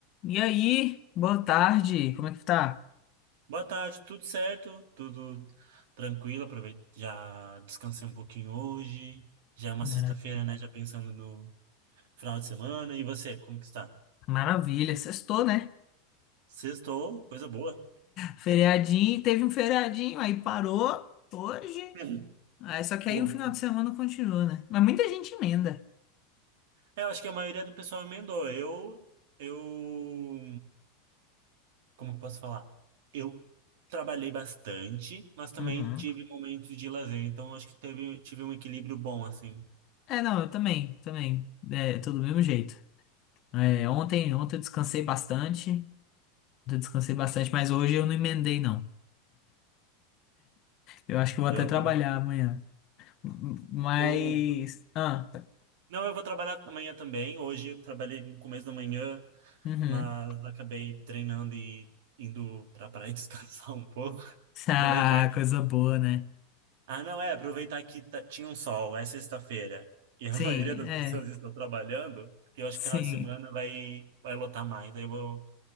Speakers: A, on the left; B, on the right.
A: E aí, boa tarde, como é que tá?
B: Boa tarde, tudo certo? Tudo tranquilo? Aproveito, já descansei um pouquinho hoje. Já é uma
A: Mara-
B: sexta-feira, né? Já pensando no final de semana. E você, como que está?
A: Maravilha, sextou, né?
B: Sextou, coisa boa.
A: Feriadinho, teve um feriadinho, aí parou hoje.
B: <laughs>
A: Aí, só que
B: Bom,
A: aí o final de semana continua, né? Mas muita gente emenda.
B: É, eu acho que a maioria do pessoal emendou. Eu, eu, como que eu posso falar? Eu trabalhei bastante, mas também
A: Uhum.
B: tive momentos de lazer. Então, eu acho que teve, tive um equilíbrio bom, assim.
A: É, não, eu também, também. É, tô do mesmo jeito. É, ontem, ontem eu descansei bastante. Ontem eu descansei bastante, mas hoje eu não emendei, não. Eu acho que eu vou
B: E
A: até
B: Eu aproveito.
A: trabalhar amanhã. M- Mas.
B: Eu,
A: Ah,
B: Não, eu vou trabalhar amanhã também. Hoje eu trabalhei no começo da manhã,
A: uhum.
B: mas acabei treinando e indo pra praia <laughs> descansar um pouco.
A: Ah,
B: Aproveitar que...
A: coisa boa, né?
B: Ah, não, é, aproveitar que tá- tinha um sol, é sexta-feira, e a
A: Sim,
B: <laughs> maioria das
A: é.
B: pessoas estão trabalhando, porque eu acho
A: Sim.
B: que final de semana vai, vai lotar mais. Aí eu vou